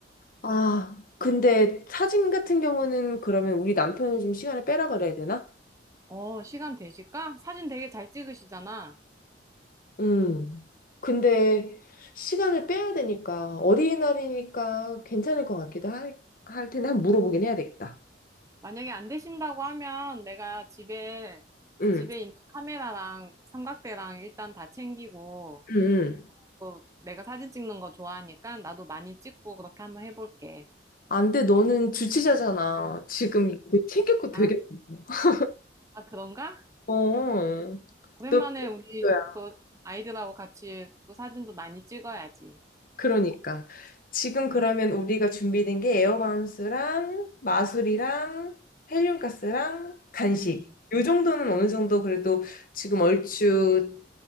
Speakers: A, on the left; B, on the right.
A: 아, 근데 사진 같은 경우는 그러면 우리 남편을 좀 시간을 빼라 그래야 되나?
B: 어, 시간 되실까? 사진 되게 잘 찍으시잖아.
A: 음. 근데 시간을 빼야 되니까, 어린이날이니까 괜찮을 것 같기도 할, 할 텐데, 한번 물어보긴 해야 되겠다.
B: 만약에 안 되신다고 하면 내가 집에,
A: 응,
B: 집에 있는 카메라랑 삼각대랑 일단 다 챙기고,
A: 응, 응.
B: 또 내가 사진 찍는 거 좋아하니까 나도 많이 찍고 그렇게 한번 해볼게.
A: 안 돼, 너는 주치자잖아. 지금 이거 챙길 거 되게
B: 아,
A: 많아.
B: 아, 그런가?
A: 어,
B: 오랜만에
A: 너
B: 우리
A: 뭐야?
B: 또 아이들하고 같이 또 사진도 많이 찍어야지.
A: 그러니까. 지금 그러면 우리가 준비된 게 에어바운스랑 마술이랑 헬륨가스랑 간식.
B: 음.
A: 요 정도는 어느 정도 그래도 지금 얼추